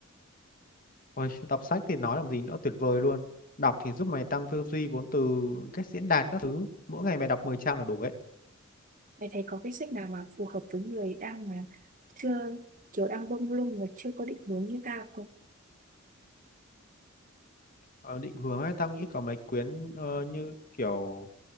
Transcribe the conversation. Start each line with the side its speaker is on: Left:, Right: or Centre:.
Left: Ôi, đọc sách thì nói làm gì nữa tuyệt vời luôn. Đọc thì giúp mày tăng tư duy vốn từ cách diễn đạt các thứ. Mỗi ngày mày đọc mười trang là đủ ấy.
Right: Mày thấy có cái sách nào mà phù hợp với người đang mà chưa kiểu đang bông lung và chưa có định hướng như tao không?
Left: Ờ, định hướng ấy, tao nghĩ có mấy quyển ờ, như kiểu